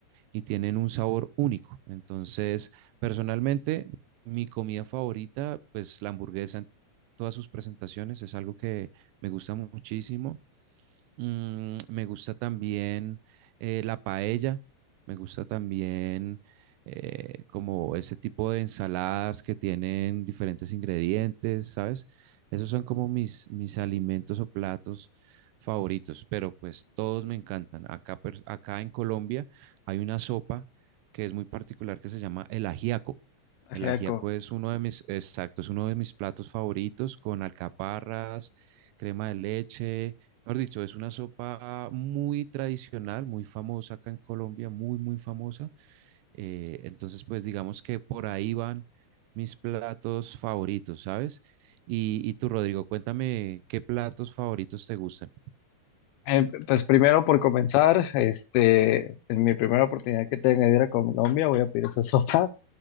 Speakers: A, on the right; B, on the left.
A: y tienen un sabor único. Entonces, personalmente, mi comida favorita, pues la hamburguesa en todas sus presentaciones, es algo que me gusta muchísimo Mm, me gusta también eh, la paella, me gusta también eh, como ese tipo de ensaladas que tienen diferentes ingredientes, ¿sabes? Esos son como mis, mis alimentos o platos favoritos, pero pues todos me encantan. Acá, per- acá en Colombia hay una sopa que es muy particular que se llama el ajiaco.
B: ajiaco.
A: El ajiaco es uno de mis, exacto, es uno de mis platos favoritos con alcaparras, crema de leche Mejor dicho, es una sopa muy tradicional, muy famosa acá en Colombia, muy, muy famosa. Eh, entonces, pues digamos que por ahí van mis platos favoritos, ¿sabes? Y, y tú, Rodrigo, cuéntame qué platos favoritos te gustan.
B: Eh, pues primero por comenzar, este, en mi primera oportunidad que tenga de ir a Colombia voy a pedir esa <laughs> sopa.